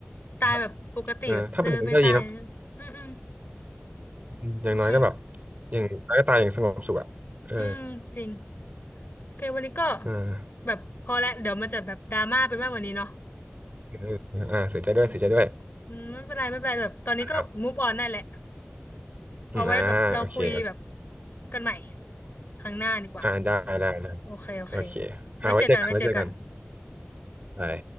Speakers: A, on the left; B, on the right.
A: ตายแบบปกติแบบเดินไปตาย
B: ครับเออถ้าเป็นอย่างนั้นก็ดีเนาะ
A: อืมอืม
B: อืมอย่างน้อยก็แบบ
A: โอเค
B: อย่างน้อยก็ตายอย่างสงบสุขอ่ะเออ
A: อืมจริงโอเควันนี้ก็
B: อ่า
A: แบบพอแล้วเดี๋ยวมันจะแบบดราม่าไปมากกว่านี้เนาะ
B: เออเอออ่าเสียใจด้วยเสียใจด้วย
A: อืมอืมไม่เป็นไรไม่เป็นไรแบบตอนนี้ก็
B: นะครับ
A: move on ได้แหละ เอาไว้แบบเราคุยแบบ
B: อืมอ่าโอเคโอเค
A: กันใหม่ครั้งหน้าดีกว่า
B: อ่าได้ได้ได้
A: โอเคโอเค
B: โอเคอ่าไว้เจอกันไว้เจอกัน
A: ไว้เจอกันไว้เจอกัน
B: บาย